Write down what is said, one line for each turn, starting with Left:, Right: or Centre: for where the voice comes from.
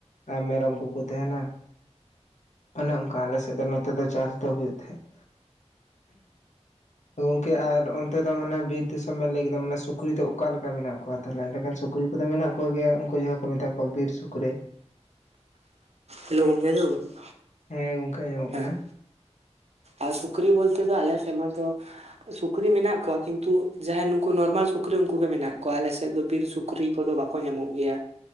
Left: ᱟᱨ ᱢᱮᱨᱚᱢ ᱠᱚᱠᱚ ᱛᱟᱦᱮᱱᱟ᱾ ᱚᱱᱮ ᱚᱱᱠᱟ ᱟᱞᱮ ᱥᱮᱫ ᱫᱚ ᱱᱚᱛᱮ ᱫᱚ ᱪᱟᱥ ᱫᱚ ᱦᱩᱭᱩᱜ ᱛᱟᱦᱮᱸᱫ᱾ ᱛᱚ ᱜᱚᱝᱠᱮ ᱟᱨ ᱚᱱᱛᱮ ᱫᱚ ᱢᱟᱱᱮ ᱵᱤᱨ ᱫᱤᱥᱚᱢ ᱵᱮᱱ ᱞᱟᱹᱭ ᱠᱮᱫᱟ ᱢᱟᱱᱮ ᱥᱩᱠᱨᱤ ᱫᱚ ᱚᱠᱟᱞᱮᱠᱟ ᱢᱮᱱᱟᱜ ᱠᱚᱣᱟ? ᱛᱟᱦᱚᱞᱮ ᱮᱸᱰᱮ ᱠᱷᱟᱱ ᱥᱩᱠᱨᱤ ᱠᱚᱫᱚ ᱢᱮᱱᱟᱜ ᱠᱚᱜᱮᱭᱟ᱾ ᱠᱩ ᱡᱟᱦᱟᱸᱭ ᱠᱚ ᱢᱮᱛᱟ ᱠᱚᱣᱟ ᱵᱤᱨ ᱥᱩᱠᱨᱤ᱾
Right: ᱦᱮᱞᱳ ᱜᱚᱢᱠᱮ ᱟᱸᱡᱚᱢᱟᱜ ᱠᱟᱱᱟ?
Left: ᱦᱮᱸ ᱜᱚᱝᱠᱮ ᱟᱸᱡᱟᱢᱚᱜ ᱠᱟᱱᱟ᱾
Right: ᱦᱮᱸ ᱟᱨ ᱥᱩᱠᱨᱤ ᱵᱚᱞᱛᱮ ᱫᱚ ᱟᱞᱮ ᱥᱮ ᱢᱟ ᱫᱚ ᱥᱩᱠᱨᱤ ᱢᱮᱱᱟᱜ ᱠᱚᱣᱟ ᱠᱤᱱᱛᱩ ᱡᱟᱦᱟᱸᱭ ᱱᱩᱠᱩ ᱱᱚᱨᱢᱟᱞ ᱥᱩᱠᱨᱤ ᱩᱱᱠᱩᱜᱮ ᱢᱮᱱᱟᱜ ᱠᱚᱣᱟ, ᱟᱞᱮ ᱥᱮᱫᱚ ᱵᱤᱨ ᱥᱩᱠ ᱠᱨᱤ ᱠᱚᱫᱚ ᱵᱟᱠᱚ ᱧᱟᱢᱚᱜ ᱜᱮᱭᱟ᱾